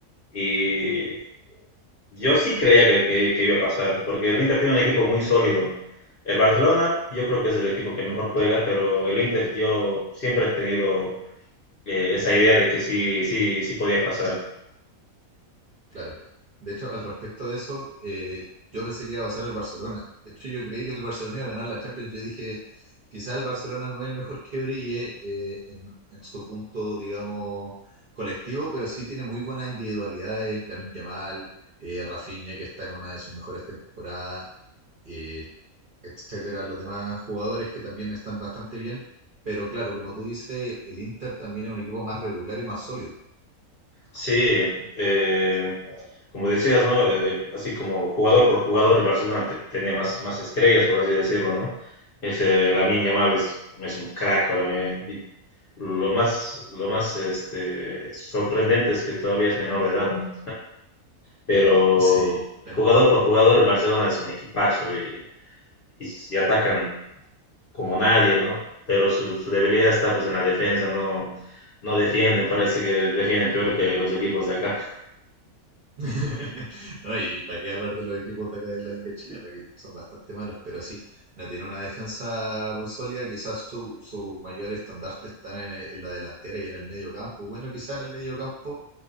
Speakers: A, on the left (about 50°); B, on the right (about 50°).
A: Y Yo sí creía que, que- que iba a pasar, porque el Inter tiene un equipo muy sólido. El Barcelona, yo creo que es el equipo que mejor juega, pero el Inter, yo siempre he tenido eh, esa idea de que sí, sí, sí podía pasar.
B: Claro. De hecho, al respecto de eso, eh, yo pensé que iba a pasar el Barcelona. De hecho, yo creí que el Barcelona iba a ganar la Champions. Yo dije, quizá el Barcelona no es el mejor que brille eh, en, en su punto, digamos, colectivo, pero sí tiene muy buenas individualidades. Lamine Yamal, eh, Rafinha, que está en una de sus mejores temporadas. eh, etcétera, los demás jugadores que también están bastante bien. Pero claro, como tú dices, el Inter también es un equipo más regular y más sólido.
A: Sí, eh, como decías, ¿no? Eh, eh, así como jugador por jugador, el Barcelona te- tenía más, más estrellas, por así decirlo, ¿no? Ese Lamine Yamal es, es un crack para mí. Y lo más, lo más este, sorprendente es que todavía es menor de edad, ¿no? pero
B: Sí, bueno.
A: jugador por jugador el Barcelona es un equipazo y, y, s- y atacan como nadie, ¿no? Pero su, su, debilidad está pues en la defensa, no, no defienden, parece que defienden peor que los equipos de acá.
B: <laughs> no, y para qué hablar de los equipos de acá de la Liga Chilena, que son bastante malos, pero sí, no tiene una defensa muy sólida. Quizás su, su mayor estandarte están en, en la delantera y en el medio campo. Bueno, quizás en el medio campo